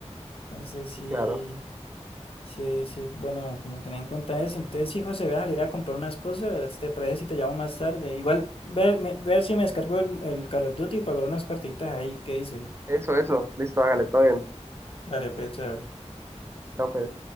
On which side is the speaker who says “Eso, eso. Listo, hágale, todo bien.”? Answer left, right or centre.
Right